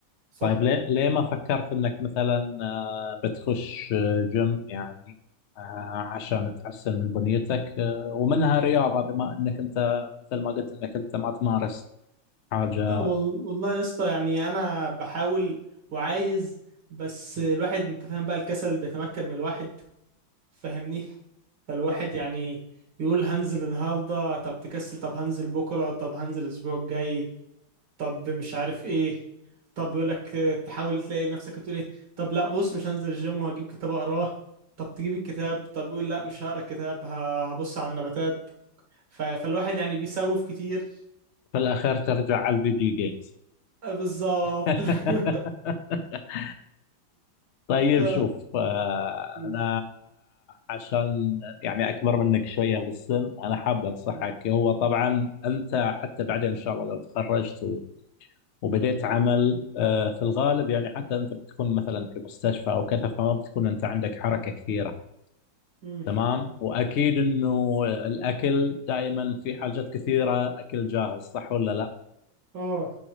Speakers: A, on the right; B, on the left.
A: صح
B: طيب ليه ليه ما فكرت انك مثلا آه، بتخش آه، جيم يعني آه، عشان تحسن من بنيتك آه، ومنها رياضه بما انك انت مثل ما قلت انك انت ما تمارس حاجه
A: آه وال- والله يا اسطى يعني انا بحاول وعايز بس الواحد انت فاهم بقى الكسل بيتمكن من الواحد فاهمني فالواحد يعني يقول هنزل النهارده طب تكسل طب هنزل بكره طب هنزل الاسبوع الجاي طب مش عارف ايه طب يقول لك تحاول تلاقي نفسك بتقول ايه طب لا بص مش هنزل الجيم وهجيب كتاب اقراه طب تجيب الكتاب طب يقول لا مش هقرا الكتاب ه- هبص على النباتات ف... فالواحد يعني بيسوف كتير
B: في الاخير ترجع على الفيديو جيمز
A: آه، بالظبط
B: <laughs>
A: <laughs>
B: طيب
A: ف
B: شوف آه،
A: م-
B: أنا عشان يعني أكبر منك شوية في السن أنا حاب أنصحك
A: م-
B: هو طبعا أنت حتى بعدين إن شاء الله لو تخرجت و- وبديت عمل آه، في الغالب يعني حتى أنت بتكون مثلا في مستشفى أو كذا فما بتكون أنت عندك حركة كثيرة
A: م.
B: تمام وأكيد إنه الأكل دائما في حاجات كثيرة أكل جاهز صح ولا لا؟
A: اه